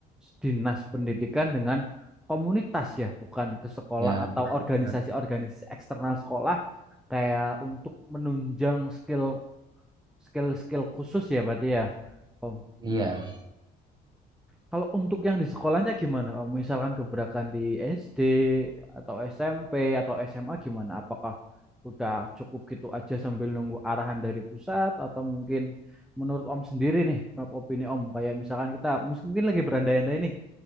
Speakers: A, in the centre; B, on the right.
A: dinas pendidikan dengan komunitas ya, bukan ke sekolah
B: ya
A: atau
B: nah,
A: organisasi-organisasi eksternal sekolah kayak untuk menunjang skill skill skill khusus ya berarti ya, Om.
B: iya
A: Kalau untuk yang di sekolahnya gimana? Om? Misalkan gebrakan di SD atau SMP atau SMA gimana? Apakah udah cukup gitu aja sambil nunggu arahan dari pusat atau mungkin menurut Om sendiri nih, menurut opini Om, kayak misalkan kita mus- mungkin lagi berandai-andai nih,